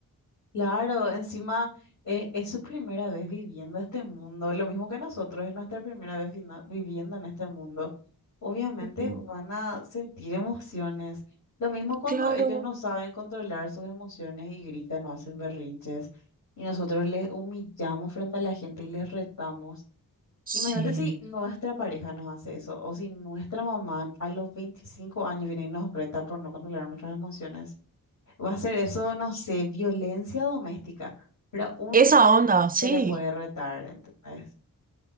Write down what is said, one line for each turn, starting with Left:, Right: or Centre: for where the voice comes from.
Left: Claro, encima eh, es, su primera vez viviendo este mundo, lo mismo que nosotros, es nuestra primera vez vino- viviendo en este mundo. Obviamente
Right: Ujú,
Left: van a sentir emociones, lo mismo cuando
Right: Claro,
Left: ellos no saben controlar sus emociones y gritan o hacen berrinches y nosotros les humillamos frente a la gente y les retamos.
Right: sí.
Left: Imagínate si nuestra pareja nos hace eso o si nuestra mamá a los 25 años viene y nos reta por no controlar nuestras emociones. Va a ser eso, no sé, violencia doméstica, pero un
Right: Esa
Left: niño
Right: onda, sí.
Left: se le puede retar, ¿entendés?